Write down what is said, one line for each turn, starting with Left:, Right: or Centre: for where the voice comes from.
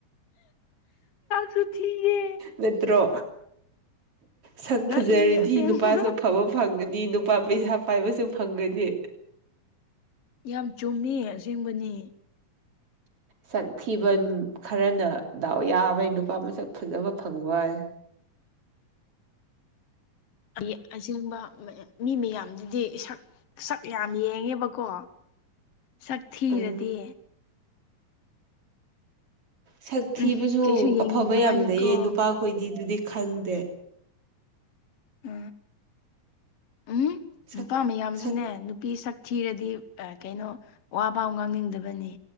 Left: ꯁꯨ ꯊꯌꯦ
Right: ꯅꯠꯇ꯭ꯔꯣ ꯁꯛ
Left: ꯅꯠꯂꯦ
Right: ꯐꯖꯔꯗꯤ
Left: ꯑꯁꯦꯡꯕ
Right: ꯅꯨꯄꯥꯁꯨ ꯑꯐꯕ ꯐꯪꯒꯅꯤ ꯅꯨꯄꯥ ꯄꯩꯁꯥ ꯄꯥꯏꯕꯁꯨ ꯐꯪꯒꯅꯤ
Left: ꯌꯥꯝ ꯆꯨꯝꯃꯤ ꯑꯁꯦꯡꯕꯅꯤ
Right: ꯁꯛ ꯊꯤꯕ ꯈꯔꯅ ꯗꯥꯎ ꯌꯥꯕꯩ ꯅꯨꯄꯥ ꯃꯁꯛ ꯐꯖꯕ ꯐꯪꯕ ꯑꯣꯏ
Left: ꯑꯩ ꯑꯁꯦꯡꯕ ꯃꯤ ꯃꯌꯥꯝꯗꯨꯗꯤ ꯏꯁꯛ ꯁꯛ ꯌꯥꯝ ꯌꯦꯡꯉꯦꯕꯀꯣ ꯁꯛ ꯊꯤꯔꯗꯤ
Right: ꯎꯝ ꯁꯛ ꯊꯤꯕꯁꯨ
Left: ꯎꯝ ꯀꯩꯁꯨ ꯌꯦꯡꯅꯤꯡꯗꯕꯅꯤꯀꯣ
Right: ꯑꯐꯕ ꯌꯥꯝ ꯂꯩꯌꯦ ꯅꯨꯄꯥꯈꯣꯏꯗꯤ ꯑꯗꯨꯗꯤ ꯈꯪꯗꯦ
Left: ꯎ ꯎꯝ
Right: ꯁꯛ
Left: ꯅꯨꯄꯥ ꯃꯌꯥꯝꯁꯨꯅꯦ
Right: ꯁꯛ
Left: ꯅꯨꯄꯤ ꯁꯛ ꯊꯤꯔꯗꯤ ꯀꯩꯅꯣ ꯋꯥ ꯄꯥꯝ ꯉꯥꯡꯅꯤꯡꯗꯕꯅꯤ